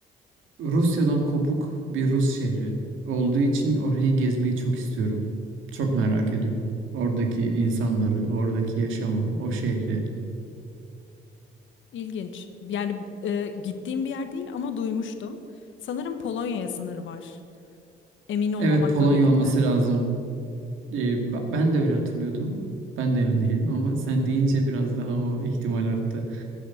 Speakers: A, on the right (about 85°); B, on the left (about 75°).
A: Rusya'dan kopuk bir Rus şehri olduğu için orayı gezmeyi çok istiyorum. Çok merak ediyorum. Oradaki insanları, oradaki yaşamı, o şehri.
B: ilginç. Yani e, gittiğim bir yer değil ama duymuştum. Sanırım Polonya'ya sınırı var. Emin olmamakla
A: Evet Polonya
B: birlikte.
A: olması lazım. Ee, b- ben de öyle hatırlıyordum. Ben de emin değilim ama sen deyince biraz daha o ihtimal arttı.